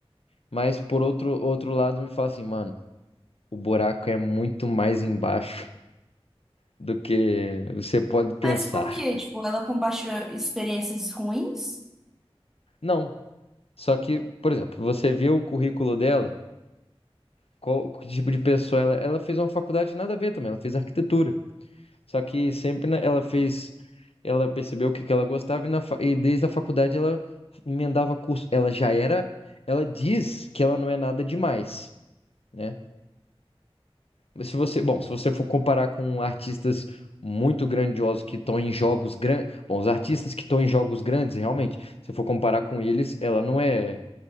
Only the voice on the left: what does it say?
Mas por outro outro lado me fala assim, mano, o buraco é muito mais embaixo do que você pode pensar.
Não, só que, por exemplo, você vê o currículo dela, qual que tipo de pessoa ela, ela fez uma faculdade nada a ver também, ela fez arquitetura. Só que sempre na- ela fez, ela percebeu o que que ela gostava e, na fa- e desde a faculdade ela emendava curso. Ela já era, ela diz que ela não é nada demais, né? Mas se você, bom, se você for comparar com artistas muito grandiosos que estão em jogos grandes, bom, os artistas que estão em jogos grandes, realmente, se for comparar com eles, ela não é